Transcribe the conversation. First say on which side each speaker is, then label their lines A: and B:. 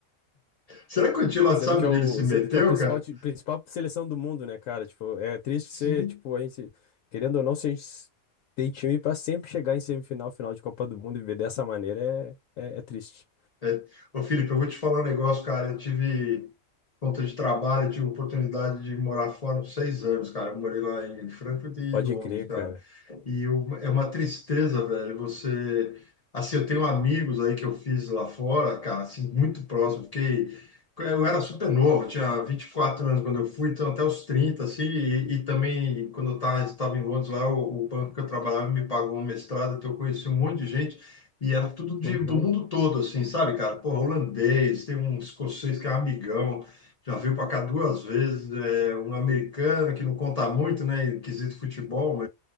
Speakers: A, on the left; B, on the left.
A: Será que o Antilote
B: sendo
A: sabe
B: que é
A: onde
B: o,
A: ele se meteu,
B: sendo que é o principal,
A: cara?
B: ti- principal seleção do mundo, né, cara? Tipo, é triste
A: Sim.
B: ser, tipo, a gente, querendo ou não, se a gente s- tem time pra sempre chegar em semifinal, final de Copa do Mundo e ver dessa maneira, é, é, é triste.
A: É. Ô, Felipe, eu vou te falar um negócio, cara. Eu tive. conta de trabalho, eu tive oportunidade de morar fora uns seis anos, cara. Eu morei lá em Frankfurt e em
B: Pode
A: Londres,
B: crer,
A: cara.
B: cara.
A: E uma- é uma tristeza, velho. Você. Assim, eu tenho amigos aí que eu fiz lá fora, cara, assim, muito próximo. Fiquei. Eu era super novo, eu tinha 24 anos quando eu fui, então até os 30 assim. E, e também, quando eu tava- estava em Londres lá, o, o banco que eu trabalhava me pagou um mestrado, então eu conheci um monte de gente. E era tudo de,
B: Uhum.
A: do mundo todo, assim, sabe, cara? Porra, holandês, tem um escocês que é amigão, já veio para cá duas vezes, é, um americano que não conta muito, né, em quesito futebol,